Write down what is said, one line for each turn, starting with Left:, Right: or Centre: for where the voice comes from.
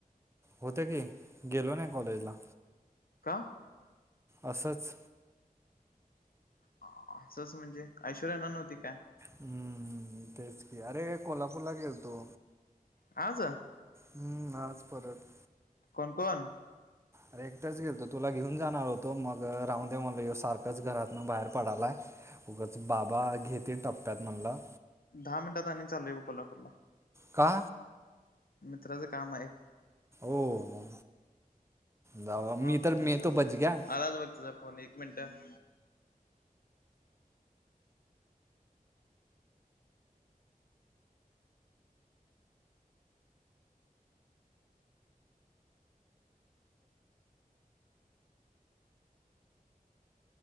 Right: होते की गेलो नाही कॉलेजला
Left: का
Right: असंच
Left: असंच म्हणजे ऐश्वर्या येणार नव्हती काय
Right: हम्म तेच की अरे कोल्हापूर ला घेलतो
Left: आज
Right: हम्म आज परत
Left: कोण कोण
Right: अरे एकटंच गेल तो तुला घेऊन जाणार होतो मग राहून देेव म्हला येऊ सारखंच घरातन बाहेर पडालाय उगाच बाबा घेते टप्प्यात म्हणलं
Left: दहा मिनटात आण चालूय कोल्हापूरला
Right: का
Left: मित्राचं काम आहे
Right: ओ जाऊ मी
Left: ओके
Right: तर
Left: चालतंय
Right: मी तो बच गया
Left: आलाच बग झ फोन एक मिनटं